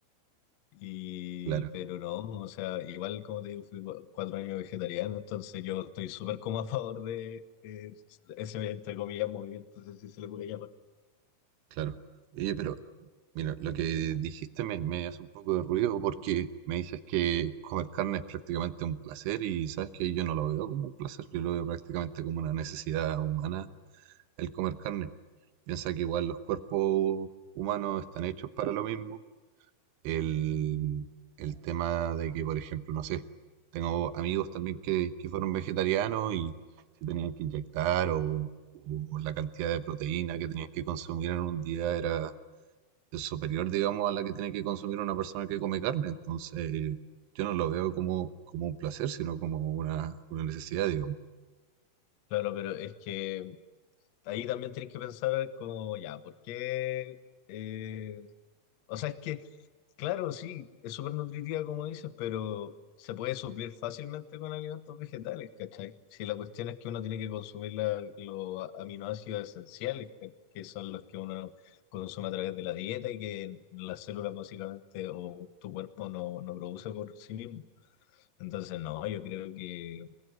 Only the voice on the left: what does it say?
Y,
pero no, o sea, igual como te digo, fui cua- cuatro años vegetariano, entonces yo estoy súper como a favor de eh, ese, entre comillas, movimiento, no sé si se le puede llamar.
Claro, pero es que ahí también tienes que pensar como, ya, ¿por qué? eh, O sea, es que, claro, sí, es súper nutritiva como dices, pero se puede suplir fácilmente con alimentos vegetales, ¿cachai? Si la cuestión es que uno tiene que consumir la- los a- aminoácidos esenciales, que, que son los que uno consume a través de la dieta y que las células básicamente o tu cuerpo no, no produce por sí mismo. Entonces, no, yo creo que...